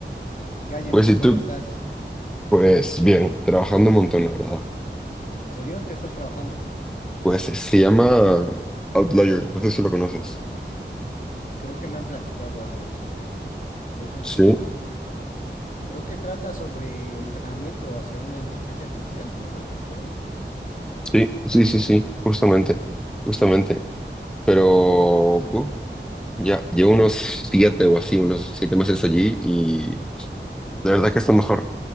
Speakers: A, on the left; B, in the centre.
A: ¿Qué hay,
B: Pues
A: Emil?
B: sí,
A: ¿Cómo
B: tú,
A: estás?
B: pues bien, trabajando un montón, la verdad.
A: ¿En serio? ¿En qué estás trabajando?
B: Pues se llama Outlier, no sé si lo conoces.
A: Creo que me han platicado algo sobre ello. Es este,
B: Sí,
A: creo que trata sobre entrenamiento hacia una inteligencia artificial, si no mal recuerdo.
B: sí, sí, sí, sí, justamente, justamente. pero
A: Interesante.
B: puf, ya, llevo unos siete o así, unos siete meses allí y de verdad que es lo mejor.